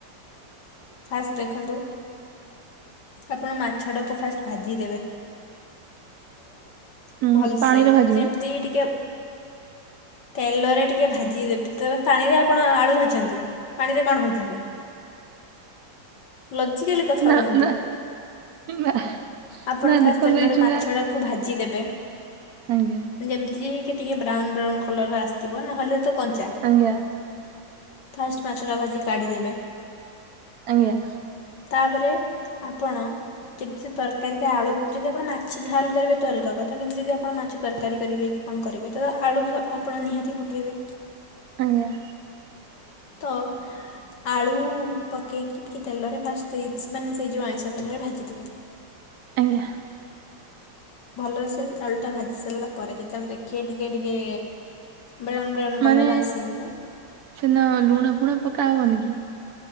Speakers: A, on the left; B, on the right.
A: ଫାଷ୍ଟ ଦେଖନ୍ତୁ ଆପଣ ମାଛ ଟାକୁ ଫାଷ୍ଟ ଭାଜି ଦେବେ। <inaudible>
B: ଉଁ
A: ଭଲସେ
B: ପାଣିରେ ଭାଜିମି
A: ଯେମିତି ଟିକେ ତେଲରେ ଟିକେ କେ ଭାଜିଦେବେ ତ ପାଣିରେ ଆପଣ ଆଳୁ ଭାଜନ୍ତି ପାଣିରେ କଣ ଭଜା ହୁଏ। ଲଜିକାଲି କଥା
B: ନା
A: ହୁହନ୍ତୁ।
B: ନା ନା
A: ଆପଣ
B: ନା
A: ଫାଷ୍ଟ
B: ଦେଖନ୍ତୁ
A: ତେଲରେ
B: ଏଇ ଚୁଙ୍ଗା
A: ମାଛଟାକୁ ଭାଜି ଦେବେ।
B: ଆଜ୍ଞା।
A: ଯେମିତି କି ଟିକେ ବ୍ରାଉନ ବ୍ରାଉନ କଲର ଆସିଥିବ ନହେଲେ ତ କଞ୍ଚା।
B: ଆଜ୍ଞା
A: ଫାଷ୍ଟ ମାଛଟା ଭାଜି କାଢ଼ିଦେବେ।
B: ଆଜ୍ଞା।
A: ତାପରେ ଆପଣ କିଛି ତରକାରୀ ଟା ଆଳୁ ଯଦି ଆପଣ ମାଛ ଝାଲ୍ କରିବେ ତ ଅଲଗା କଥା କିନ୍ତୁ ଯଦି ଆପଣ ମାଛ ତରକାରୀ କରିବେ କି କଣ କରିବେ ତ ଆଳୁ ସ ଆପଣ ନିହାତି ପକେଇବେ।
B: ଆଜ୍ଞା।
A: ତ ଆଳୁ ପକେଇକି ଟିକେ ତେଲରେ ଫାଷ୍ଟ ଦେଇ ଚି ମାନେ ସେଇ ଯୋଉ ଆଇଁଷ ତେଳରେ ଭାଜିଦେବେ।
B: ଆଜ୍ଞା।
A: ଭଲସେ ଆଳୁଟା ଭାଜି ସାରିଲା ପରେ ଯେତେବେଳେ ଦେଖିବେ ଟିକେ ଟିକେ ବ୍ରାଉନ୍ ବ୍ରାଉନ୍ କଲର୍
B: ମାନେ
A: ଆସିଯିବ
B: ସେନା ଲୁଣ ଫୁଣ ପକା ହବନି କି।